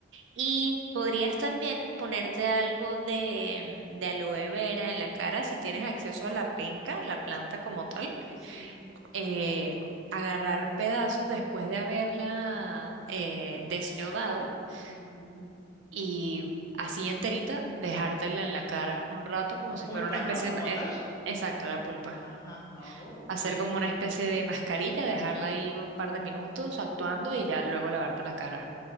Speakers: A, on the right; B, on the left.
A: Y podrías también ponerte algo de, mm, de aloe vera en la cara si tienes acceso a la penca, la planta como tal.
B: sí, sí.
A: Eh, agarrar pedazos después de haberla eh, desyodado
B: ujú.
A: mm, y así enterita, dejártela en la cara un rato como
B: La
A: si
B: pulpa,
A: fuera una especie...
B: ¿no? Como
A: eh,
B: tal.
A: exacto, la pulpa
B: Ah, oh,
A: hacer
B: ok.
A: como una especie de mascarilla, dejarla ahí un par de minutos actuando y ya luego lavarte la cara.